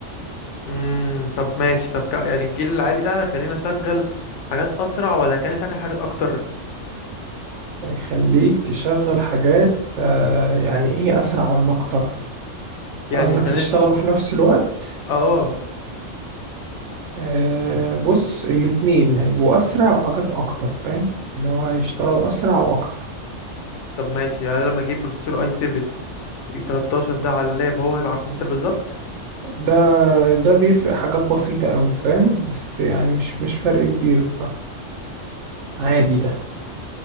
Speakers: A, on the left (about 70°); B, on the right (about 75°).
A: امم طب ماشي طب ك- يعني الجيل العالي ده خلينا اشغل حاجات اسرع ولا خلينا اشغل حاجات اكتر
B: يخليك تشغل حاجات آه، يعني إيه أسرع ولا أكتر
A: يعني
B: قصدك
A: خلينا
B: يشتغلوا
A: ش...
B: في نفس الوقت
A: اه
B: آه بص الاتنين هيبقوا أسرع وحاجات أكتر فاهم اللي هو هيشتغلوا أسرع وأكتر
A: طب ماشي يعني لما اجيب بروسيسور اي 7 13 ده على اللاب هو هيبقى على الكمبيوتر بالظبط
B: ده ده بيفرق حاجات بسيطة أوي فاهم بس يعني مش مش فرق كبير فعادي ده